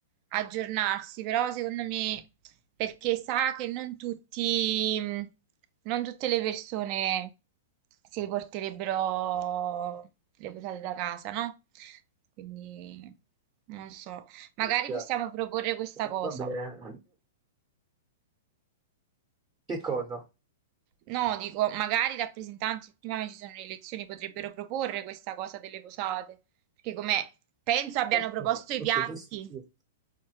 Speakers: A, on the right; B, on the right.
A: aggiornarsi, però secondo me, perché sa che non tutti, mh, non tutte le persone si porterebbero le posate da casa, no? Quindi, non so, magari
B: Sì, chiaro.
A: possiamo proporre questa
B: Eh,
A: cosa.
B: va bene. Che cosa?
A: No, dico, magari i rappresentanti, prima che ci sono le elezioni, potrebbero proporre questa cosa delle posate, perché come penso abbiano
B: Ok,
A: proposto i
B: ok,
A: piatti,
B: questo sì.